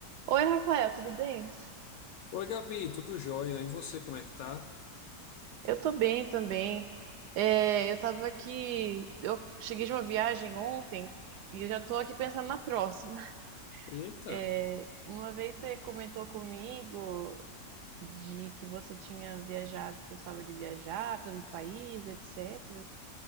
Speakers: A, on the right; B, on the left.
A: Oi, Rafael, tudo bem?
B: Oi, Gabi, tudo jóia? E você, como é que tá?
A: Eu tô bem também. É, eu tava aqui, eu cheguei de uma viagem ontem e eu já tô aqui pensando na próxima. <laughs>
B: Eita!
A: É, uma vez você comentou comigo de que você tinha viajado, gostava de viajar pelo país, etc.